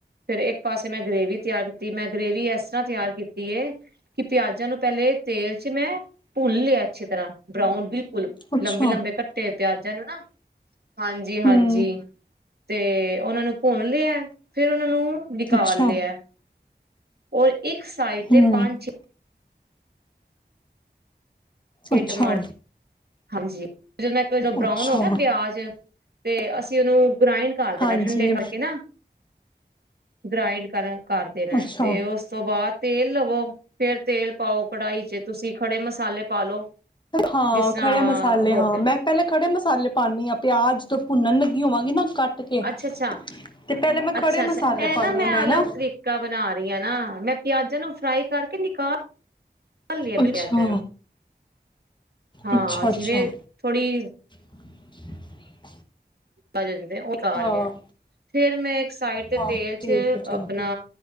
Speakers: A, on the right; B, on the left.
A: ਫੇਿਰ ਇੱਕ ਪਾਸੇ ਮੈਂ ਗਰੇਵੀ ਤਿਆਰ ਕੀਤੀ ਮੈਂ ਗਰੇਵੀ ਇਸ ਤਰ੍ਹਾਂ ਤਿਆਰ ਕੀਤੀ ਹੈ ਕਿ ਪਿਆਜਾਂ ਨੂੰ ਪਹਿਲੇ ਤੇਲ ਮੈਂ ਭੁਨ ਲਿਆ ਅੱਛੀ ਤਰ੍ਹਾਂ ਬਰਾਉਨ ਬਿਲਕੁਲ
B: ਅੱਛਾ।
A: ਲੰਬੇ ਲੰਬੇ ਘੱਟੇ ਪਿਆਜਾਂ ਨੂੰ ਨਾ ਹਾਂਜੀ ਹਾਂਜੀ
B: ਹੂੰ,
A: ਜੀ, ਤੇ ਉਹਨਾਂ ਨੂੰ ਭੁੰਨ ਲਿਆ, ਫੇਿਰ ਉਹਨਾਂ ਨੂੰ ਨਿਕਾਲ
B: ਅੱਛਾ,
A: ਲਿਆ। ਔਰ ਇੱਕ ਸਾਈਡ ਤੇ
B: ਹੂੰ,
A: ਪੰਜ, ਛੇ
B: ਅੱਛਾ,
A: ਟਮਾਟਰ, ਹਾਂਜੀ। ਜਦ ਬਰਾਉਨ
B: ਅੱਛਾ।
A: ਹੋ ਗਿਆ ਨਾ ਪਿਆਜ ਤੇ, ਅਸੀਂ ਉਹਨੂੰ ਗ੍ਰਾਇੰਡ ਕਰ ਦੇਣਾ
B: ਹਾਂਜੀ,
A: ਠੰਡੇ ਕਰਕੇ ਨਾ। ਗਰਾਇੰਡ ਕਰ ਕਰ ਦੇਣਾ
B: ਅੱਛਾ।
A: ਤੇ ਉਸ ਤੋਂ ਬਾਅਦ ਤੇ, ਲਵੋ। ਫੇਰ ਤੇਲ ਪਾਓ ਕੜਾਹੀ ਚ, ਤੁਸੀਂ ਖੜੇ ਮਸਾਲੇ ਪਾ ਲੋ।
B: ਹਾਂ।
A: ਜਿਸ ਤਰ੍ਹਾਂ
B: ਖੜੇ ਮਸਾਲੇ
A: ਹੋ
B: ਹਾਂ।
A: ਗਿਆ
B: ਮੈਂ ਪਹਿਲਾਂ ਖੜੇ ਮਸਾਲੇ ਪਾਉਦੀ ਹਾਂ। ਪਿਆਜ ਤੋਂ ਭੁੰਨਣ ਲੱਗੀ ਹੋਵਾਂਗੀ ਨਾ। ਕੱਟ ਕੇ
A: ਅੱਛਾ, ਅੱਛਾ,
B: ਤੇ ਪਹਿਲੇ ਮੈਂ
A: ਅੱਛਾ,
B: ਖੜੇ ਮਸਾਲੇ
A: ਅੱਛਾ। ਇਹ
B: ਪਾਨੀ
A: ਨਾ ਮੈਂ
B: ਆ
A: ਅਲੱਗ
B: ਨਾ
A: ਤਰੀਕਾ ਬਣਾ ਰਹੀ ਹਾਂ ਨਾ। ਮੈਂ ਪਿਆਜਾਂ ਨੂੰ ਫਰਾਈ ਕਰਕੇ ਨਿਕਾਲ- ਹਿਲਾਏ
B: ਅੱਛਾ,
A: ਜਾਣ। ਹਾਂ,
B: ਅੱਛਾ, ਅੱਛਾ।
A: ਜਿਵੇਂ ਥੋੜ੍ਹੀ
B: <inaudible>
A: ਭਰਨ <unintelligible> ਉਹ
B: ਹਾਂ,
A: ਲਿਆ ਫਿਰ ਮੈਂ ਇੱਕ ਸਾਈਡ ਤੇ
B: ਹਾਂ
A: ਤੇਲ
B: ਠੀਕ
A: ਚ
B: ਏ, ਠੀਕ
A: ਆਪਣਾ
B: ਏ।